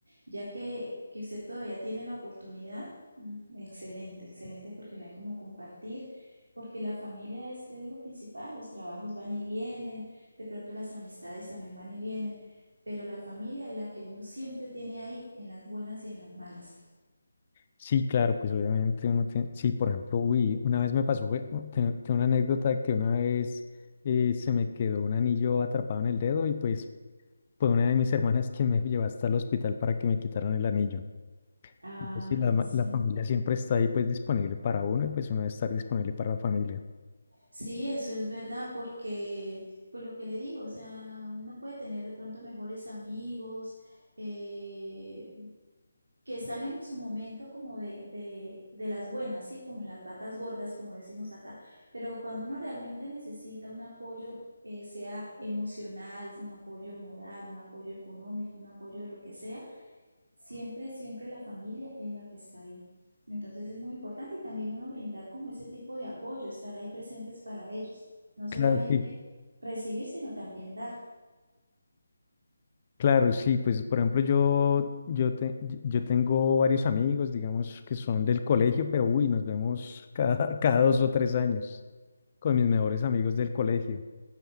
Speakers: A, on the right (about 70°); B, on the left (about 35°).
A: ya que, que usted todavía tiene la oportunidad, mm, excelente, excelente porque no hay como compartir, porque la familia es, es, lo principal, los trabajos van y vienen, de pronto las amistades también van y vienen, pero la familia es la que uno siempre tiene ahí en las buenas y en las malas.
B: Sí, claro, pues obviamente uno tiene, sí, por ejemplo, uy, una vez me pasó, fue- tengo tengo una anécdota de que una vez eh, se me quedó un anillo atrapado en el dedo y pues fue una de mis hermanas quien me llevó hasta el hospital para que me quitaran el anillo.
A: Ay,
B: Entonces, sí, la,
A: en
B: ma-
A: serio.
B: la familia siempre está ahí pues disponible para uno y pues uno debe estar disponible para la familia.
A: Sí, eso es verdad, porque, pues lo que le digo, o sea, uno puede tener de pronto mejores amigos, eh, que están en su momento como de, de, de las buenas, ¿sí? Como en las vacas gordas, como decimos acá, pero cuando uno realmente necesita un apoyo, eh, sea emocional, un apoyo moral, un apoyo económico, un apoyo de lo que sea, siempre, siempre la familia es la que está ahí. Entonces es muy importante y también uno brindar como ese tipo de apoyo, estar ahí presentes para ellos, no solamente
B: Claro, sí,
A: recibir, sino también dar.
B: claro, sí, pues por ejemplo yo, yo, te- yo tengo varios amigos, digamos, que son del colegio, pero uy, nos vemos cada, <laughs> cada dos o tres años. con mis mejores amigos del colegio.